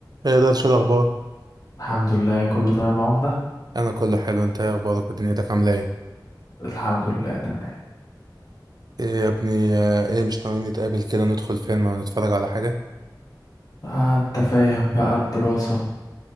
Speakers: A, on the right (about 60°); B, on the left (about 50°).
A: ايه ده شو الاخبار
B: الحمد لله كله تمام يا عمدة
A: انا كله حلو انت ايه اخبارك ودنيتك عامله ايه
B: الحمد لله تمام
A: ايه يا ابني آه، ايه مش ناويين نتقابل كده ندخل فيلم ونتفرج على حاجه
B: آه انت فاهم بقى الدراسة